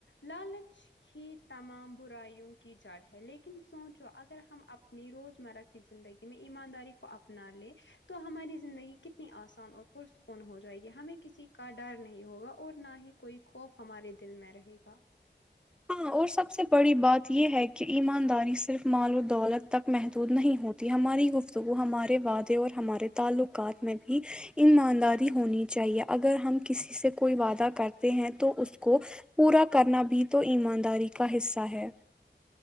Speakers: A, on the left; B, in the centre.
A: لالچ ہی تمام برائیوں کی جڑ ہے لیکن سوچو اگر ہم اپنی روزمرہ کی زندگی میں ایمانداری کو اپنا لے تو ہماری زندگی کتنی آسان اور پرسکون ہو جائے گی ہمیں کسی کا ڈر نہیں ہوگا اور نہ ہی کوئی خوف ہمارے دل میں رہے گا
B: ہاں اور سب سے بڑی بات یہ ہے کہ ایمانداری صرف مال و دولت تک محدود نہیں ہو تی ہماری گفتگو ہمارے وعدے اور ہمارے تعلقات میں بھی ایمانداری ہونی چاہیے اگر ہم کسی سے کوئی وعدہ کرتے ہیں تو اس کو پورا کرنا بھی تو ایمانداری کا حصہ ہے